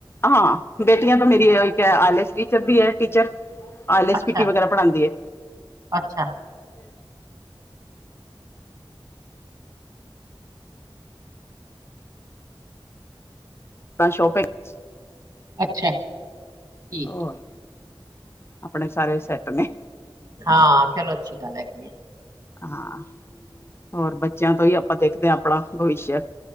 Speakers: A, on the left (about 25°); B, on the right (about 45°).
A: ਹਾਂ ਬੇਟੀਆਂ ਤਾਂ ਮੇਰੀ ਇੱਕ ਐ ਆਈਲਟਸ ਟੀਚਰ ਦੀ ਐ ਟੀਚਰ ਹਾਲੇ ਸਪੀਟੀ
B: ਅੱਛਾ
A: ਵਗੈਰਾ ਪੜਾਂਦੀ ਏ।
B: ਅੱਛਾ।
A: ਤਾਂ ਸ਼ੋਪਿੰਗਸ-
B: ਅੱਛਾ। ਠੀਕ
A: ਹੋਰ,
B: ਹੈ।
A: ਅਪਣੇ ਸਾਰੇ ਸੈਟ ਨੇ।
B: ਹਾਂ, ਚਲੋ ਅੱਛੀ ਗੱਲ ਹੈਗੀ ਏ।
A: ਹਾਂ ਹੋਰ ਬੱਚਿਆਂ ਤੋਂ ਈ ਆਪਾਂ ਦੇਖਦੇ ਆ ਅਪਣਾ ਭਵਿਸ਼ਯ